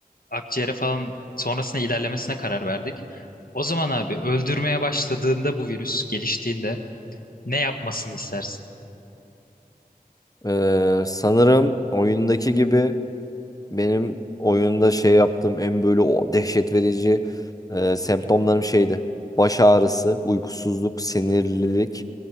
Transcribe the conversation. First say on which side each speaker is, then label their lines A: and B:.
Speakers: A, on the left (about 70°); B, on the left (about 25°).
A: akciğere falan sonrasında ilerlemesine karar verdik. O zaman abi öldürmeye başladığında bu virüs geliştiğinde ne yapmasını istersin?
B: Ee, sanırım oyundaki gibi Benim oyunda şey yaptığım en böyle o dehşet verici e, semptomlarım şeydi. Baş ağrısı, uykusuzluk, sinirlilik.